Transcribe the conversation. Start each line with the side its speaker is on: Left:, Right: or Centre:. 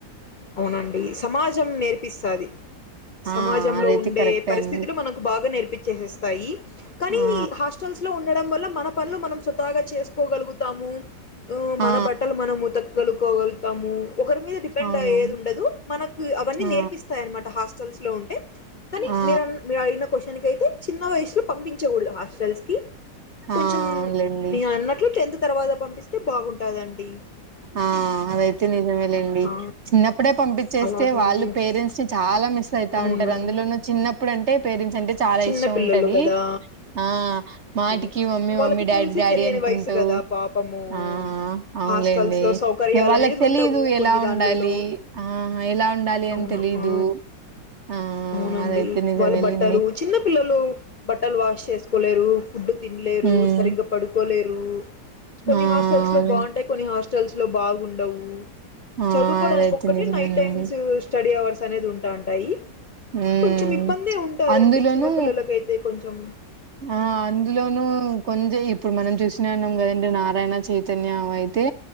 Left: అవునండి సమాజం నేర్పిస్తుది
Right: ఆ!
Left: సమాజంలో
Right: అదైతే
Left: ఉండే
Right: కరెక్టే
Left: పరిస్థితులు
Right: అండి.
Left: మనకు బాగా నేర్పించేసస్త కానీ
Right: ఆ!
Left: హాస్టల్స్ లో ఉండడం వల్ల మన పనులు మనం సుతాగా చేసుకోగలుగుతాము మన
Right: ఆ!
Left: బట్టలు మనము ఉత్త కలుకోగలుగుతాము ఒకరి మీద డిపెండ్
Right: అవునవును.
Left: అయ్యేది ఉండదు మనకు అవన్నీ
Right: ఆ!
Left: నేర్పిస్తాయి అనమాట హాస్ట హాస్టల్స్ లో ఉంటే కానీ
Right: ఆ!
Left: మీరు మీరు అడిగిన క్వశ్చన్ కి అ చిన్న వయలో పంపించకూడదు హాస్టల్స్ కి
Right: ఆ!
Left: కొంచెం
Right: అవునులెండి.
Left: మీరు అన్నట్లు టెన్త్ తర్వాత పంపిస్తే బాగుంటాదండి
Right: ఆ అదైతే నిజమేలేండి
Left: ఆ,
Right: చిన్నప్పుడే పంపించేస్తే
Left: అలాగండి
Right: వాళ్ళు పేరెంట్స్ ని చాలా మిస్ అయితా
Left: అవునండి
Right: ఉంటారు అందులోను చిన్న అప్పుడంటే
Left: అవునవును.
Right: పేరెంట్స్ అంటే చాలా
Left: చిన్న
Right: ఇష్టం
Left: పిల్లలు
Right: ఉంటది
Left: గదా
Right: ఆ
Left: అవునండి.
Right: మాటికి మమ్మీ
Left: వాళ్ళకి
Right: మమ్మీ డాడీ
Left: తెలిసి
Right: డాడీ
Left: తెలియని
Right: అనుకుంటూ
Left: వయసు గదా పాపము.
Right: ఆ అవునులేండి
Left: హాస్టల్స్‌లో సౌకర్యాలనేది
Right: వాళ్ళకి తెలీదు
Left: ఉండవు కొన్ని
Right: ఎలా
Left: దాన్లలో.
Right: ఉండాలి ఆ ఎలా ఉండాలి
Left: అవును.
Right: అని తెలిదు
Left: ఆ!
Right: ఆ
Left: అవునండి.
Right: అదైతే నిజమేలెండి
Left: వాళ్ళు బట్టలు చిన్న పిల్లలు బట్టలు వాష్ చేసుకోలేరు ఫుడ్ తినలేరు
Right: హ్మ్
Left: సరిగ్గా పడుకోలేరు కొన్ని
Right: ఆ
Left: హాస్టల్స్ లో
Right: అదే.
Left: బాగుంటాయి కొన్ని హాస్టల్స్ లో బాగుండవు
Right: ఆ
Left: చదువుకోవడానికి
Right: అదైతే
Left: ఒక్కటే
Right: నిజమేనండి
Left: నైట్ టైమ్స్ స్టడీ అవర్స్ అనేది ఉంటా ఉంటాయి
Right: హ్మ్
Left: కొంచెం ఇబ్బందే ఉంటదండి
Right: అందులోనూ
Left: చిన్న పిల్లలకైతే కొంచెం
Right: ఆ అందులోనుూ కొంచెం ఇప్పుడు మనం చూసినా ఉన్నాం కదండి నారాయణ చైతన్య అయితే